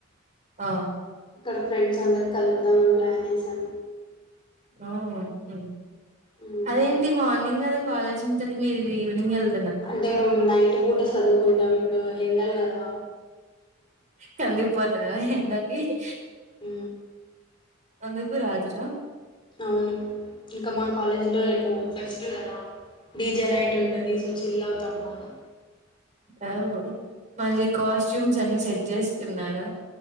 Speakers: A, on the right; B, on the left.
A: ఆ
B: అక్కడ ఫ్రెండ్స్ అందరు కలుపుదాంని ప్లాన్ వేశాం.
A: ఆ ఓకే
B: మ్మ్.
A: అదేంటి మార్నింగ్ గద కాలేజ్ ఉంటది మీరు ఈవినింగ్ వెళ్
B: అంటే మేము నైట్ బూట చదువుకుంటాం ఇప్పుడు ఎండలు కదా
A: కంది పోతారా ఎండకి ఈజీ
B: హు
A: అందకు రాజరా
B: అవును ఇంకా మా కాలేజ్ లో రేపు పెస్ట్ కదా డీజే నైట్ ఉంటది సో చిల్ అవుతాం బాగా
A: అవు మళ్ళీ కాస్ట్యూమ్స్ అని సెట్ చేసుకున్నారా